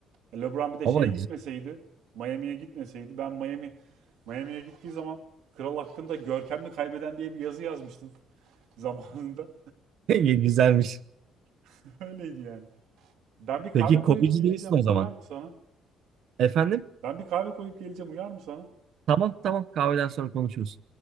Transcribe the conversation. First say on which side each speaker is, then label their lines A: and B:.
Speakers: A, on the right; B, on the right.
A: E, LeBron bir de
B: Ama
A: şeye
B: <laughs>
A: gitmeseydi, Miami'ye gitmeseydi ben Miami Miami'ye gittiği zaman kral hakkında görkemli kaybeden diye bir yazı yazmıştım zamanında.
B: güzelmiş.
A: <laughs> Öyleydi yani. Ben bir kahve
B: Peki
A: koyup
B: Kobe'ci
A: geleceğim.
B: değilsin o zaman.
A: Uyar mı sana?
B: Efendim?
A: Ben bir kahve koyup geleceğim. Uyar mı sana?
B: Tamam tamam kahveden sonra konuşuruz.